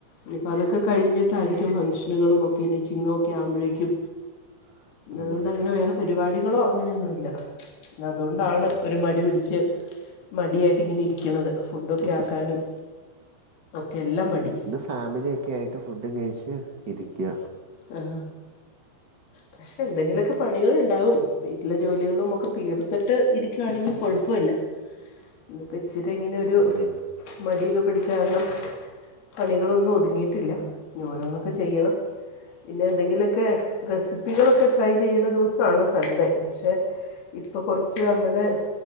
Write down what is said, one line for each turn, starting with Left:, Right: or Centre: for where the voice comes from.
Left: ഇനി അതൊക്കെ കഴിഞ്ഞിട്ടായിരിക്കും ഫങ്ഷനുകളും ഒക്കെ ഇനി ചിങ്ങക്കൊ ആവുമ്പോഴേക്കും
Right: <inaudible>
Left: അതുകൊണ്ട്
Right: അതെ
Left: അങ്ങനെ വേറെ പരിപാടികളോ അങ്ങനെയൊന്നും ഇല്ല അതുകൊണ്ടാണ്
Right: ഉം ഉം
Left: ഒരു മടി പിടിച്ച് മടിയായിട്ടയിങ്ങനെ ഇരിക്കുന്നത് ഫുഡൊക്കെ
Right: ഉം
Left: ആക്കാനും
Right: ഉം.
Left: ഒക്കെ എല്ലാം മടി
Right: ഫാമിലിയ ഒക്കെ ആയിട്ട് ഫുഡും കഴിച്ച് ഇരിക്കുക
Left: ആ പക്ഷെ എന്തെങ്കിലുമൊക്കെ പണികളുണ്ടാവും വീട്ടിലെ ജോലികളുമൊക്കെ തീർത്തിട്ട് ഇരിക്കുയാണെങ്കിൽ കൊഴപ്പമില്ല ഇനിപ്പം- ഇച്ചിരി ഇങ്ങനെ ഒരു-
Right: അതെ അതെ
Left: മടിയൊക്കെ പിടിച്ച കാരണം പണികളൊന്നും ഒതുങ്ങിയിട്ടില്ല ഇനി ഓരോന്നാക്കെ ചെയ്യണം പിന്നെ എന്തെങ്കിലുമൊക്കെ റെസിപ്പികളൊക്കെ ട്രൈ ചെയ്യുന്ന ദിവസമാണ് സൺഡേ പക്ഷെ- ഇപ്പോ കൊറച്ച് അങ്ങനെ